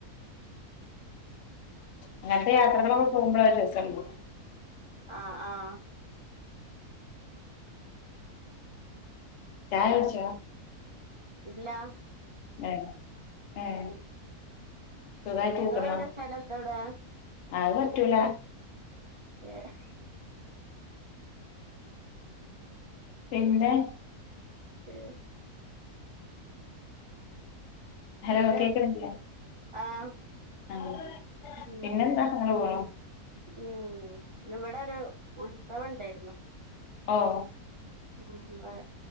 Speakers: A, on the left; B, on the right.
A: ഇങ്ങൻത്തെ യാത്രകളൊക്കെ പോകുമ്പോള് രെസുണ്ടാവു
B: ആഹ് ആഹ്
A: ചായുടിച്ചോ
B: ഇല്ലാ
A: ഏഹ് ഏഹ് സുഖായിട്ടക്കരിക്കന്നാ
B: നിങ്ങളെവിടെ സ്ഥലം എന്തവിടെ
A: അഹ് പറ്റൂലാ
B: ഏഹ്
A: പിന്നെ
B: <unintelligible>
A: ഹലോ
B: പിന്നെ
A: കേക്കണില്ലേ
B: ആഹ്
A: ആഹ്
B: ഉം
A: പിന്നെന്താ അങ്ങനെ പോണു
B: ഉം ഇവിടൊരു ഉത്സവണ്ടേരുന്നു
A: ഓഹ്
B: ഉം വേ